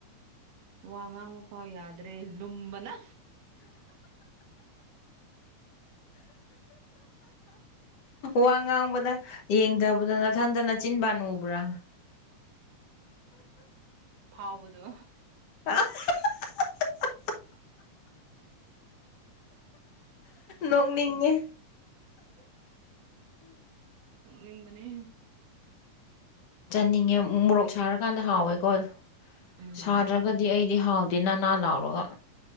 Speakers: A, on the right; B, on the left.
A: ꯋꯥ ꯉꯥꯡꯕ ꯐꯥꯎ ꯌꯥꯗ꯭ꯔꯦ ꯂꯨꯝꯕꯅ
B: ꯋꯥ ꯉꯥꯡꯕꯗ ꯌꯦꯡꯗꯕꯗ ꯅꯊꯟꯇ ꯅꯆꯤꯟꯕꯥꯟ ꯎꯕ꯭ꯔꯥ?
A: ꯐꯥꯎꯕꯗꯣ꯫
B: <unintelligible> ꯅꯣꯡꯅꯤꯡꯉꯦ
A: ꯅꯣꯛꯅꯤꯡꯕꯅꯦ
B: ꯆꯥꯅꯤꯡꯉꯦ ꯃꯣꯔꯣꯛ ꯁꯥꯔꯀꯥꯟꯗ ꯍꯥꯎꯋꯦꯀꯣ꯫
A: ꯎꯝ
B: ꯁꯥꯗ꯭ꯔꯒꯗꯤ ꯑꯩꯗꯤ ꯍꯥꯎꯗꯦ ꯅꯥꯟꯅꯥꯟ ꯂꯥꯎꯔꯒ꯫